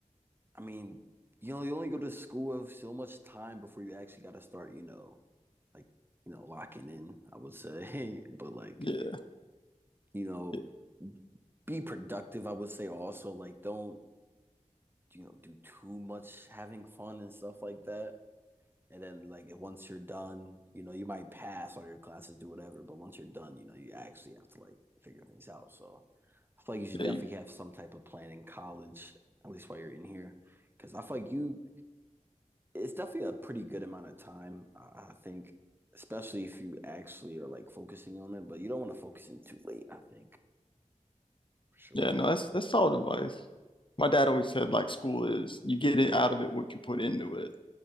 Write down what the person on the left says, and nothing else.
Yeah,
yeah,
yeah,
you,
yeah. No, that's that's solid advice. My dad always said like school is you get it out of it what you put into it.